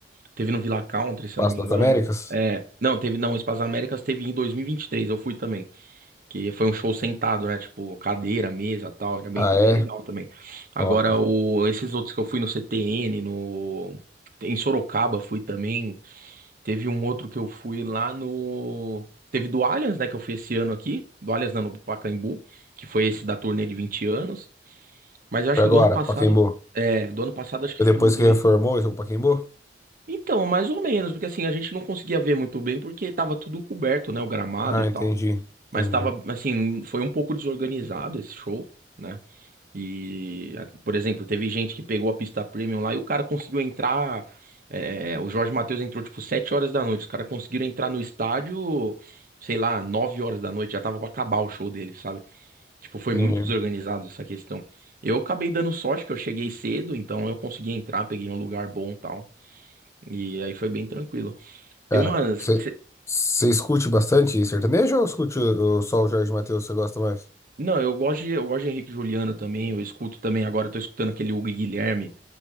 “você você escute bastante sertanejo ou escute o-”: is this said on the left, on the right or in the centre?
Left